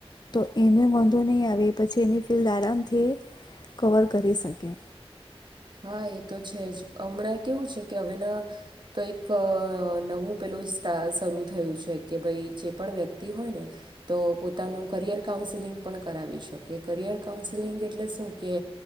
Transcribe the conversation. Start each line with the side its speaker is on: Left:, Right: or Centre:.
Left: તો એને વાંધો નહીં આવે એ પછી એની ફિલ્ડ આરામ થી કવર કરી શકે.
Right: હા એ તો છે જ હમણાં કેવું છે કે હવેના તો એક નવું પેલું સ્ટા શરૂ થયું છે કે ભાઈ જે પણ વ્યક્તિ હોય ને તો પોતાનું કરિયર કાઉન્સલિંગ પણ કરાવી શકે. કરિયર કાઉન્સલિંગ એટલે શું કે